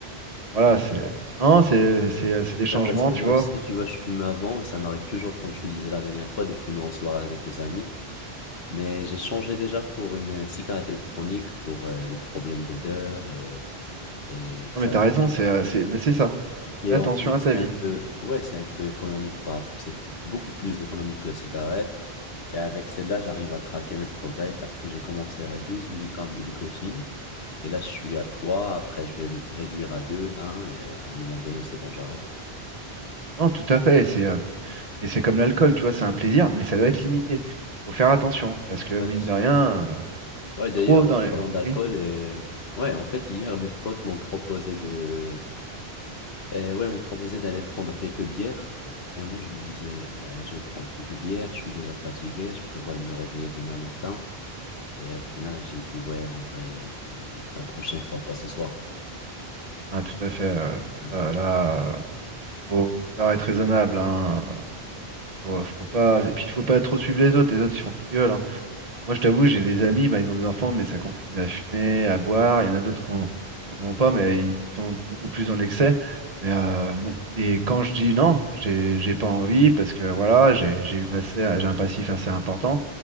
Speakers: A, on the left; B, on the right.
A: Ouais.
B: voilà, c'est. Non, c'est c'est- euh, c'est des changements,
A: Ouais, parce que
B: tu
A: moi
B: vois.
A: aussi, tu vois, je fumais avant et ça m'arrive toujours, comme je te disais la dernière fois, de fumer en soirée avec des amis. Mais j'ai changé déjà pour une euh, cigarette électronique pour euh, le problème d'odeur euh, et ça.
B: Non, mais t'as raison, c'est. euh, c'est- Mais c'est ça.
A: Et
B: Fais attention
A: en plus,
B: à ta
A: c'est
B: vie.
A: un peu, ouais, c'est un peu économique par rapport- c'est beaucoup plus économique que la cigarette. Et avec celle-là, j'arrive à traquer mes progrès parce que j'ai commencé à 12 milligrammes de nicotine. Et là, je suis à trois Après, je vais me réduire à deux un Et à un moment donné, c'est bon, j'arrête.
B: Non, tout à fait. Et c'est euh, et c'est comme l'alcool, tu vois, c'est un plaisir, mais ça doit être limité. Faut faire attention, parce que mine
A: Ouais, c'est sûr.
B: de rien, euh,
A: Ouais, d'ailleurs,
B: trop dans
A: en
B: les.
A: parlant d'alcool,
B: Oui,
A: euh, ouais, en fait, hier, mes potes m'ont proposé de, euh, ouais, m'ont proposé d'aller prendre quelques bières. Et moi, je me disais, euh, je vais prendre quelques bières, je suis déjà fatigué, je prévois de me réveiller demain matin. Et au final, j'ai dit, ouais, en vrai, euh, la prochaine fois, pas ce soir.
B: ah, tout à fait. euh,
A: Ouais,
B: c'est ça, là, euh, faut, faut savoir être raisonnable, hein. euh, Faut,
A: Ouais, c'est
B: faut pas.
A: ça.
B: Et puis, il faut pas trop suivre les autres. Les autres, ils font ce qu'ils veulent. hein. Moi, je t'avoue, j'ai des amis, bah, ils ont des enfants, mais ça continue à fumer, à boire. Il y en a d'autres qui n'en ont pas, mais ils qui sont beaucoup plus dans l'excès. Mais euh, mon- et quand je dis non, j'ai j'ai pas envie parce que voilà, j'ai j'ai eu assez, j'ai un passif assez important.